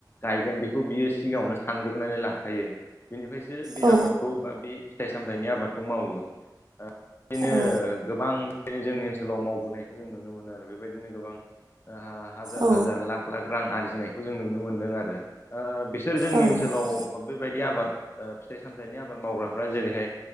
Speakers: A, on the left (about 35°); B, on the right (about 65°).
A: गायगोन बेखौ बियो सिगाङावनो सानग्रोनानै लाखायो बेनिफ्रायसो बे
B: औ
A: आबादखौ बा बे फिथाइ सामथाइनि आबादखौ मावो। बिदिनो
B: औ
A: गोबां बेनो जोंनि ओनसोलाव मावबोनायखो जों नुनो मोनो आरो बेबायदिनो गोबां हाजार
B: औ
A: हाजार लाक लाख रां आरजिनायखौ जों नुनो मोनदों आरो ओ बिसोर जोंनि
B: औ
A: ओनसोलाव अ बेबायदि आबाद ओ फिथाइ सामथाइनि आबाद मावग्राफ्रा जेरैहाय